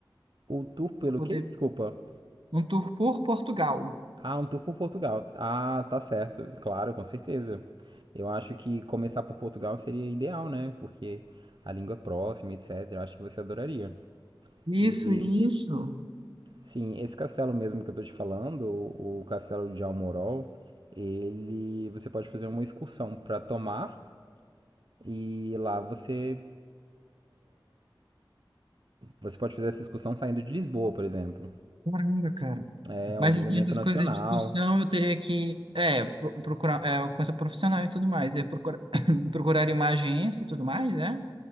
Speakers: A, on the right; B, on the right.
A: O tour pelo
B: Pra poder.
A: quê? Desculpa.
B: Um tour por Portugal.
A: Ah, um tour por Portugal. Ah, tá certo. Claro, com certeza. Eu acho que começar por Portugal seria ideal, né? Porque a língua é próxima, etc. acho que você adoraria.
B: Isso,
A: E
B: isso.
A: Sim, esse castelo mesmo que eu tô te falando, o, o castelo de Almorol, ele você pode fazer uma excursão para Tomar e lá você você pode fazer essa excursão saindo de Lisboa, por exemplo.
B: Caramba, cara.
A: É um
B: Mas
A: monumento
B: assim, essas
A: nacional.
B: coisas de discussão eu teria que é, pro- procurar é, coisa profissional e tudo mais. Eu <coughs> procurar, <clears throat> procuraria uma agência e tudo mais, é?